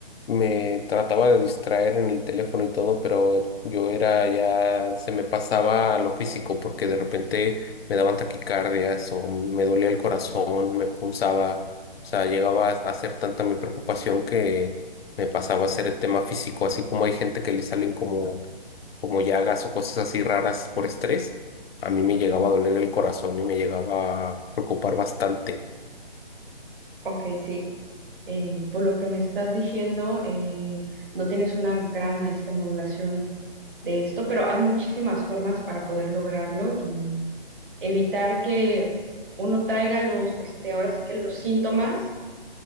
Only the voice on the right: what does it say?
Ujú.
Ok, sí. Eh, por lo que me estás diciendo, eh, no tienes una gran este, modulación de esto, pero hay muchísimas formas para poder lograrlo y evitar que uno traiga los, este, ahora sí que los síntomas